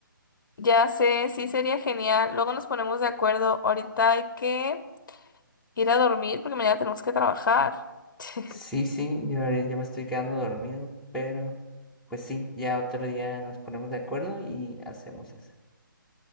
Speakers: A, on the left; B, in the centre.
A: Ya sé, sí sería genial. Luego nos ponemos de acuerdo. Ahorita hay que ir a dormir porque mañana tenemos que trabajar. <laughs>
B: Sí, sí, yo ahorita ya me estoy quedando dormido, pero pues sí, ya otro día nos ponemos de acuerdo y hacemos eso.